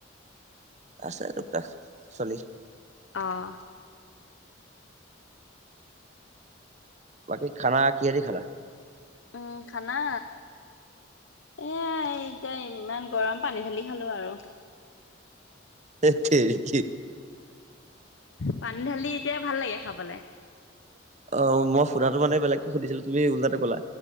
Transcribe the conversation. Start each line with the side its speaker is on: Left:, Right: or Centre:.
Right: আছে তোক- তাক চলি।
Left: অহ
Right: বাকী খানা কিহে দি খালা?
Left: উম, খানা এয়াই এতিয়া ইমান গৰম পানী ঢালি খালো আৰু।
Right: ধেট তেৰী কি
Left: পানী ঢালি এতিয়া ভাল লাগে খাবলে।
Right: অহ, মই সুধাটো মানে বেলেগটো সুধিছিলো তুমি ওলটাটো ক'লা